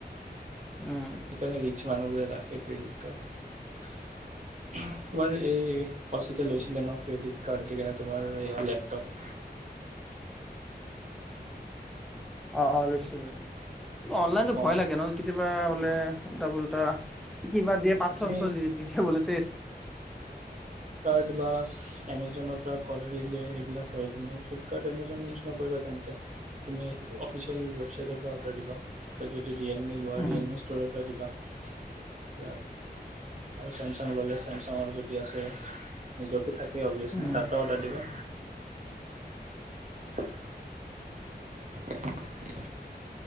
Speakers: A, in the centre; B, on the right.
A: উম।
B: সেইকাৰণে ৰিচ মানুহবোৰে ৰাখে ক্ৰেডিট কাৰ্ড তোমাৰ এই কৌশিকে লৈছিলে ন ক্ৰেডিট কাৰ্ড দি কেনে তোমাৰ এয়া লেপটপ।
A: অঁ অঁ লৈছিলে। অনলাইনতো
B: কম
A: ভয় লাগে নহ কেতিয়াবা বোলে। ওল্তা পোল্তা। কিবা দিয়ে পাঠৰ
B: তুমি
A: সাথৰ দি দিয়ে বুলে তেতিয়া চেচ
B: কিবা এমেজনৰ পৰা কাৰিলে সেইবিলাক হয় তুমি ফ্লিপকাৰ্ট এমজন ইউজ নকৰিবা তেন্তে তুমি অফিচিয়েল ৱেবচাইটৰ পৰা অৰ্ডাৰ দিবা ত যদি। ৰিয়েলমি লোৱা
A: উম,
B: ৰিয়েলমি ষ্ট'ৰ পৰা দিবা। তেতিয়া। আৰু চেমচাং ল'লে চেমচাঙৰ যদি আছে নিজৰতো থাকিবই। অবিয়েচলি
A: উম,
B: তাৰ পৰাৰা অৰ্ডাৰ দিবা। <unintelligible> <unintelligible>